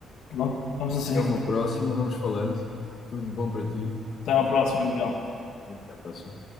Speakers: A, on the left; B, on the left.
A: Pronto, vamos assim.
B: até uma próxima, vamos falando. Tudo de bom para ti.
A: Até à próxima, Miguel.
B: Até à próxima.